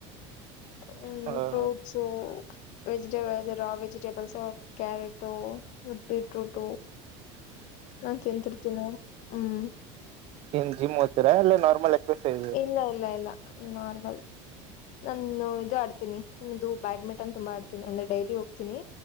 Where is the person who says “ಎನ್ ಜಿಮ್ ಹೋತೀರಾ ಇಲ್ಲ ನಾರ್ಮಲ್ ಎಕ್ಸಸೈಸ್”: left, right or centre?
Right